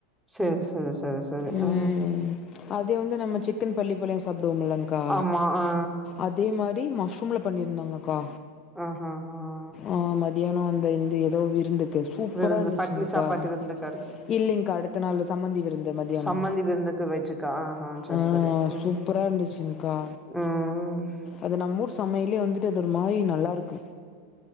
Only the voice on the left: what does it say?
ம்
அது வந்து நம்ம சிக்கன் பள்ளிபாளையோ சாப்டுவோம் இல்லைங்கா
அதே மாதிரி மஷ்ரூம்ல பண்ணி இருந்தாங்கக்கா
ஆ மதியானோ அந்த இந்து ஏதோ விருந்து சூப்பரா
இருந்துச்சுங்கா
இல்லைங்கா அடுத்த நாள் சம்மந்தி விருந்து மத்தியானோ
ஆ
ஆ
சூப்பரா இருந்துச்சுங்கா
அது நம்ம ஊர் சமையல்லியே வந்துட்டு அது ஒரு மாரி நல்லா இருக்கு